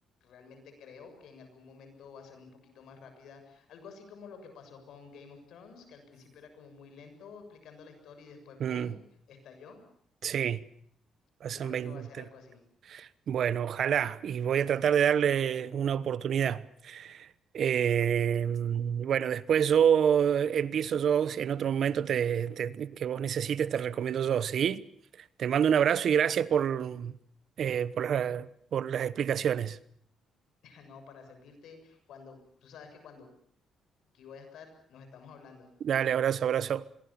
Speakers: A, on the left; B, on the right.
A: realmente creo que en algún momento va a ser un poquito más rápida, algo así como lo que pasó con Game of Thrones, que al principio era como muy lento explicando la historia y después,
B: Mm,
A: boom, estalló.
B: sí, pasan
A: Yo creo
B: veinte
A: que va a ser algo así.
B: Bueno, ojalá. Y voy a tratar de darle una oportunidad. Eh, bueno, después yo empiezo yo, si en otro momento te- te- que vos necesites, te recomiendo yo, ¿sí? Te mando un abrazo y gracias por, eh, por la- por las explicaciones.
A: <laughs> No, para servirte, cuando tú sabes que cuando aquí voy a estar, nos estamos hablando.
B: Dale, abrazo, abrazo.